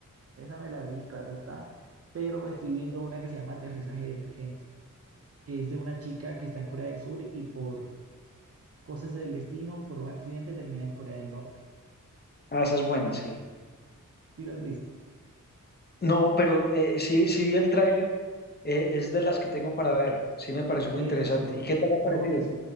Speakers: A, on the right (about 45°); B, on the left (about 30°).
A: esa me la vi, claro está, pero me estoy viendo una que se llama Aterrizaje de Emergencia que es de una chica que está en Corea del Sur y por Cosas del destino por un accidente termina en Corea del Norte.
B: Ah, esa es buena, sí.
A: ¿Sí lo has visto?
B: No, pero eh, sí, sí vi el tráiler, eh, es de las que tengo para ver. Sí me pareció muy
A: Eso.
B: interesante. ¿Y qué tal ha
A: No,
B: parecido?
A: y es,